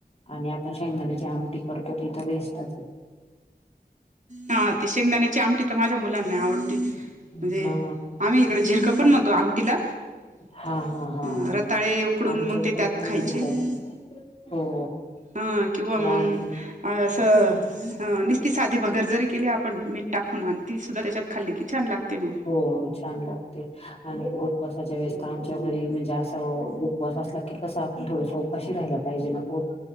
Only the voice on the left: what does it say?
आणि आपण शेंगदाण्याची आमटी करतो ती तर बेस्टच आहे.
आहे
ना.
हा
हा हा हा.
आमच्या
इकडे
पण
म्हणतात
हो
आणि
हो हो छान लागते. आणि उपवासाच्या वेळेस आमच्या घरी म्हणजे असं उपवास असला की कस पण थोडं उपांशी राहिला पाहिजे ना पोट